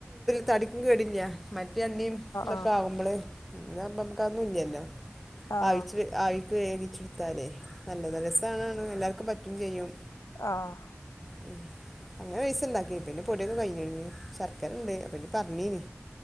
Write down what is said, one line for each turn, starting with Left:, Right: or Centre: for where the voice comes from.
Centre: തടിക്ക കേടില്ല മറ്റേന്നം ഇതൊക്കെ
Left: ആഹ്
Centre: ആകുമ്പള് ഇ നമക്കൊന്നും ഇല്ലല്ലോ
Left: ആഹ് ആഹ്
Centre: ആയിച്ച ആയി േടിച്ചിടുത്താര നല്ല രസമാണ്ാണ് എല്ലാവർക്കും പറ്റ പി ചെയയ്യും
Left: ആഹ
Centre: ഉ അന്ന പൈസ ഇന്താക്കി പിന്നെ പൊടിയൊക്കെ കഴിഞ്ഞു ശർക്കരണ്ട് അപ്പ പറഞ്ഞീന്